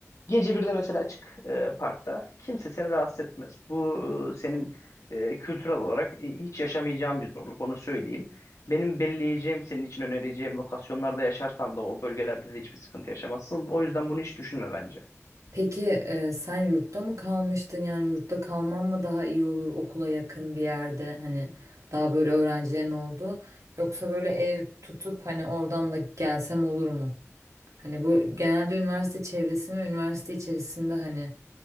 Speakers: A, on the left (about 80°); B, on the right (about 80°).
A: gece bir de mesela çık e, parkta. Kimse seni rahatsız etmez. Bu e, senin e, kültürel olarak e, hiç yaşamayacağın bir zorluk onu söyleyeyim. Benim belirleyeceğim, senin için önereceğim lokasyonlarda yaşarsan da o bölgelerde de hiçbir sıkıntı yaşamazsın. O yüzden bunu hiç düşünme bence.
B: Peki e, sen yurtta mı kalmıştın? Yani yurtta kalman mı daha iyi olur okula yakın bir yerde hani daha böyle öğrencilerin olduğu yoksa böyle ev tutup hani oradan da gelsem olur mu? Hani bu genelde üniversite çevresini ve üniversite içerisinde hani